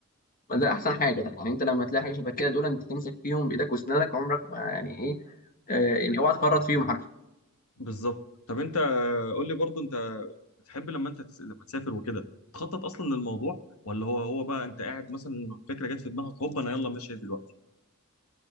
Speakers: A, on the left (about 40°); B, on the left (about 80°).
A: ما ده احسن حاجه ده يعني انت لما تلاقي حاجه شبه كده دول انت تمسك فيهم بايدك واسنانك عمرك ما يعني ايه آه، يعني اوعى تفرط فيهم حرفيا
B: بالظبط طب أنت آه، قول لي برضو أنت بتحب لما أنت تس... لما تسافر وكده بتخطط أصلا للموضوع ولا هو هو بقى أنت قاعد مثلا فكرة جت في دماغك هوب أنا يلا ماشي دلوقتي